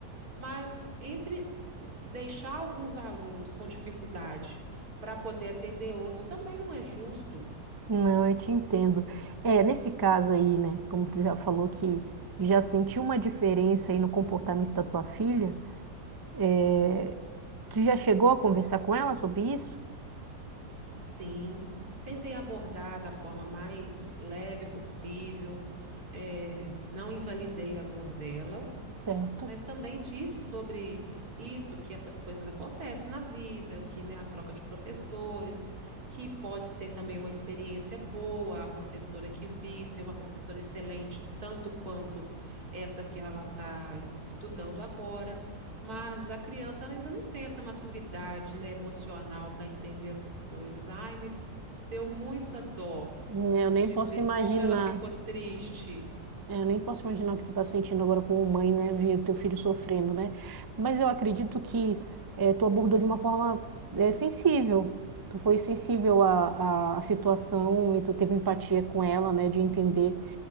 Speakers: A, on the right; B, on the right.
A: Mas entre deixar alguns alunos com dificuldade para poder atender outros também não é justo.
B: Não, eu te entendo. É, nesse caso aí, né, como tu já falou que já sentiu uma diferença aí no comportamento da tua filha, é, tu já chegou a conversar com ela sobre isso?
A: Sim, tentei abordar da forma mais leve possível, é, não invalidei a dor dela,
B: Certo.
A: mas também disse sobre isso, que essas coisas acontecem na vida, que né, a troca de professores, que pode ser também uma experiência boa, a professora que vir ser uma professora excelente, tanto quanto essa que ela está estudando agora, mas a criança ela ainda não tem essa maturidade, né, emocional para entender essas coisas. Ai, me deu muita dó
B: Eu nem
A: de
B: posso
A: ver
B: imaginar,
A: como ela ficou triste.
B: eu nem posso imaginar o que tu tá sentindo agora como mãe, né, ver o teu filho sofrendo, né? Mas eu acredito que é, tu abordou de uma forma é, sensível. Tu foi sensível à, à, à situação e tu teve empatia com ela, né, de entender